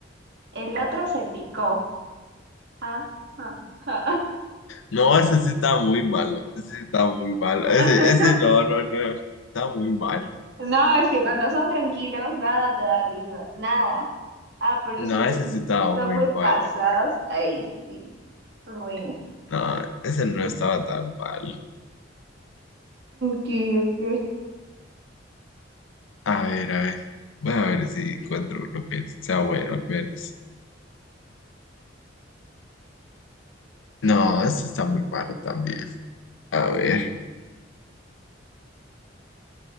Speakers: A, on the right (about 60°); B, on the left (about 85°).
A: el otro se picó. Ja, ja, ja.
B: No, ese sí está muy malo. Ese sí está muy malo.
A: <laughs>
B: Ese, ese no, no, no. Está muy malo.
A: No, es que cuando son tranquilos, nada te da risa, nada. Ah, pero
B: No,
A: si se-
B: ese sí estaba
A: son
B: muy
A: muy
B: mal.
A: pasados, ahí sí. Bueno,
B: No, ese no estaba tan mal.
A: ¿qué, qué,
B: A ver, a ver. Voy a ver si encuentro uno que sea bueno al menos. No, ese está muy malo también. A ver.